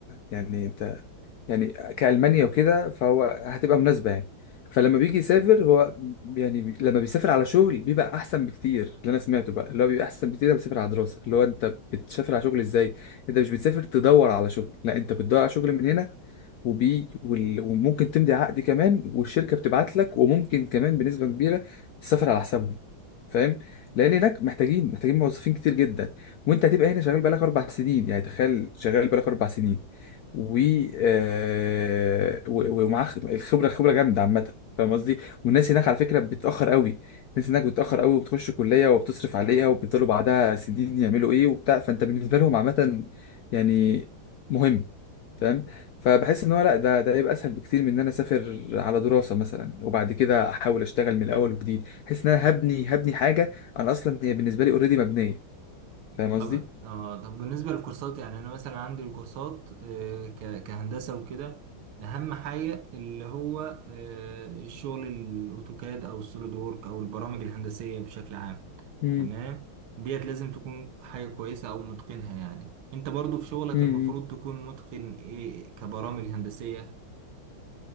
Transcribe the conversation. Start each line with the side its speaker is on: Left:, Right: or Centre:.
Left: يعني انت يعني كألمانيا وكده فهو هتبقى مناسبة يعني فلما بيجي يسافر هو يعني بي- لما بيسافر على شغل بيبقى احسن بكتير اللي انا سمعته بقى اللي هو بيبقى احسن بكتير ده بيسافر على دراسة اللي هو انت بتسافر على شغل ازاي انت مش بتسافر تدور على شغل لا انت بتدور على شغل من هنا وبي وال- وممكن تمضي عقد كمان والشركه بتبعت لك وممكن كمان بنسبه كبيره تسافر على حسابهم فاهم لان هناك محتاجين محتاجين موظفين كتير جدا وانت هتبقى هنا شغال بقالك اربع سنين يعني تخيل شغال بقالك اربع سنين و آه، و- ومعاه خ- الخبره خبره جامده عامه فاهم قصدي والناس هناك على فكره بتتاخر قوي الناس هناك بتتاخر قوي وبتخش كليه وبتصرف عليها وبيفضلوا بعدها سنين يعملوا ايه وبتاع فانت بالنسبه لهم عامه يعني مهم فاهم فبحس ان هو لا ده ده هيبقى اسهل بكتير من ان انا اسافر على دراسه مثلا وبعد كده احاول اشتغل من الاول وجديد بحس ان انا هبني هبني حاجه انا اصلا هي بالنسبه لي اوريدي مبنيه فاهم قصدي
Right: طبعا اه طب بالنسبة للكورسات يعني أنا مثلا عندي الكورسات آه، ك- كهندسة وكده أهم حاجة اللي هو آه، الشغل الأوتوكاد أو السوليد وورك أو البرامج الهندسية بشكل عام
Left: امم
Right: تمام ديت لازم تكون حاجة كويسة أو متقنها يعني أنت برضو في شغلك
Left: امم
Right: المفروض تكون متقن إيه كبرامج هندسية